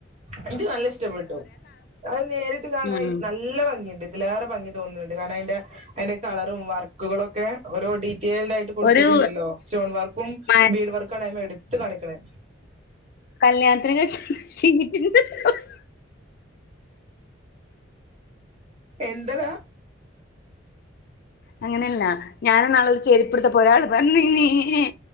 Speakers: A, on the right (about 35°); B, on the left (about 50°).
A: എനിക്ക് നല്ല ഇഷ്ടപ്പെട്ടു അത് നേരിട്ട് കാണായി
B: ഉം
A: നല്ല ഭംഗിണ്ട് തിലേറെ ഭംഗി തോന്ന്ന്ന്ണ്ട് കാരണം അയിന്റെ അയ്ന്റെ കളറും വർക്കുകളൊക്കെ ഓരോ ഡീറ്റെയിൽഡ് ആയിട്ട് കൊടുത്തിട്ടുണ്ടല്ലോ
B: ഒരു
A: സ്റ്റോൺ വർക്കും
B: മഴ
A: ബീഡ് വർക്കുംആണ് അയ്മ്മേ എടുത്ത് കാണിക്കണേ
B: കല്യാണത്തിനൊക്കെ ഷി <unintelligible>
A: എന്തഡാ
B: അങ്ങനെയല്ല ഞാനിന്നാള് ചെരിപ്പെടുത്തെപോ ഒരാള് വന്ന്‌ നീ എ